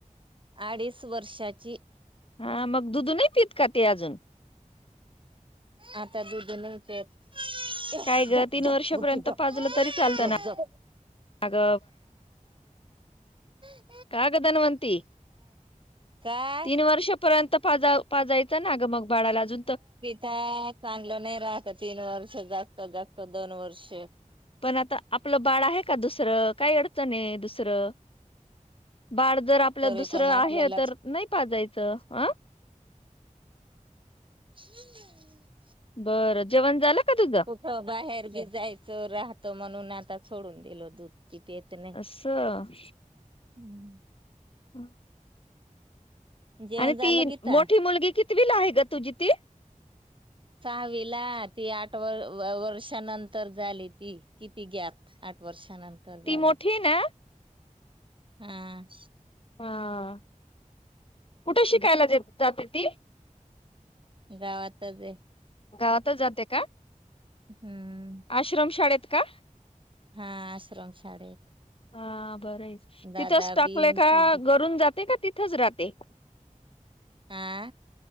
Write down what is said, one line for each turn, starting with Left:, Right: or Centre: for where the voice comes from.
Right: अडीच वर्षाची
Left: हा मग दुधू नाही पित का ती अजून
Right: आता दुदीी नाही ते ए
Left: काय ग
Right: झप
Left: तीन
Right: झप
Left: वर्षपर्यंत
Right: झ
Left: पाजलं तरी चालतं
Right: झक
Left: ना
Right: झक
Left: ग
Right: <unintelligible>
Left: का गदनवती
Right: काय
Left: तीन वर्षपर्यंत पा पाजायचं नाग मग बाळाला अजून तर
Right: ता चांगलं नाही राहत तीन वर्ष जागत जागत दोन वर्ष
Left: पण आता आपलं बाळ आहे का दुसरं काही अडचण आहे दुसरं-‍- बाळ जर आपलं
Right: तरी
Left: दुसरं
Right: पण
Left: आहे
Right: आपल्याला
Left: तर नाही पाजायचं हं
Right: <unintelligible>
Left: बरं जेवण झालं का तुझं?
Right: हो बाहेर बी जायचं राहत म्हणून आता सोडून दिलो दूधची पेत नाही.
Left: असं
Right: <unintelligible>
Left: <unintelligible>
Right: जेवण
Left: आणि
Right: झालं
Left: ती
Right: गीता?
Left: मोठी मुलगी कितवीला आहे गं तुझी ती
Right: सहावी ला ती आठ वर्षानंतर झाली ती किती गॅप आठ वर्षानंतर झाली
Left: ती मोठी ना
Right: हा
Left: हा कुठे शिकायला जा जाते ती
Right: गावातच आहे,
Left: गावातच जाते का
Right: हम्म
Left: आश्रम शाळेत का
Right: हा आश्रम शाळेत
Left: हा बरं आहे
Right: दादा
Left: तिथंच टाकलंय
Right: बीन
Left: का
Right: ती बी
Left: घरून जाते का तिथंच राहते ते
Right: ह्अ